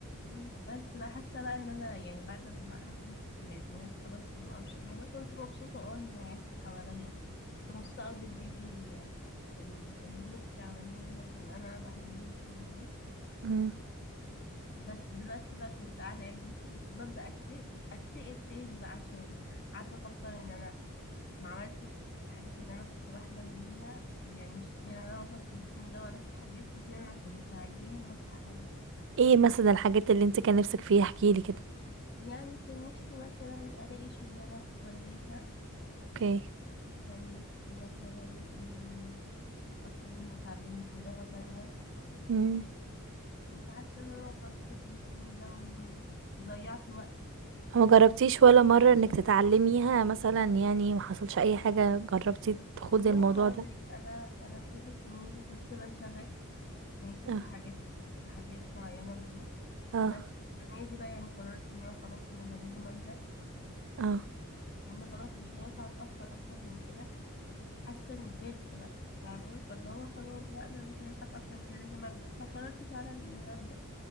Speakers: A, on the left; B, on the right.
A: مم. بس بقى حاسه بقى ان انا يعني بعد ما حفلة العيد خلاص وما اعرفش ايه انا كنت مبسوطه اه ان عيلتي حواليا كنت مبسوطه قوي بالفيديو اللي, اللي ابن اختي عمله لي عشان انا بحب ابن اختي جدا
B: مم.
A: بس دلوقتي بقى كنت قاعده يعني لسه كنت ببدا اكتئب اكتئب تاني بقى عشان قعدت افكر ان انا ما عملتش الحاجات اللي انا كنت بحلم بيها يعني مش متخيله ان انا وصلت للسن ده وانا في حاجات كتير انا كنت عايزاها وما اتحققتش
B: ايه مثلا الحاجات اللي انت كان نفسك فيها احكيلي كده
A: يعني كان نفسي مثلا ألاقي شغلانة كويسة
B: اوكي
A: كان نفسي مثلا إني أكون اتعلمت لغة تانية
B: مم.
A: أما فحاسة إن أنا وصلت للسن ده و- وضيعت وقت
B: ما جربتيش ولا مره انك تتعلميها مثلا يعني ما حصلش اي حاجه جربتي تخوضي
A: ما هو
B: الموضوع
A: هقولك
B: ده
A: أنا أنا كل السنين دي كنت بنشغل ماشي
B: اه
A: في حاجات في حاجات معينة وكده
B: اه
A: بس السنة دي بقى يعني قررت إن أنا خلاص إن أنا لازم أبدأ
B: اه
A: لأن خلاص مش هينفع أتأخر أكتر من كده حاسه اني كبرت بقى فاهمه فاللي هو خلاص بقى انا مش هينفع اتاخر من كده لازم ابدا فقررت فعلا ان انا ابدا